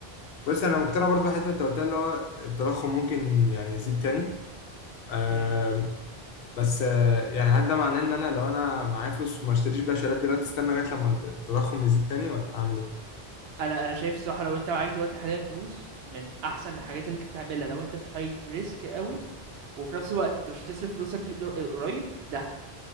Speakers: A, on the left; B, on the right.
A: بس انا مقتنع برضه بحته انت قلتها اللي هو التضخم ممكن يعني يزيد تاني آم،
B: مم.
A: بس آه، يعني هل ده معناه ان انا لو انا معايا فلوس وما اشتريش بقى شهادات دلوقتي استنى لغايه لما التضخم يزيد تاني ولا اعمل ايه؟
B: انا انا شايف الصراحة لو انت معاك دلوقتي حاليا فلوس من احسن الحاجات اللي انت تعملها لو انت مش عايز ريسك قوي وفي نفس الوقت انت مش هتصرف فلوسك دي قر- قريب دهب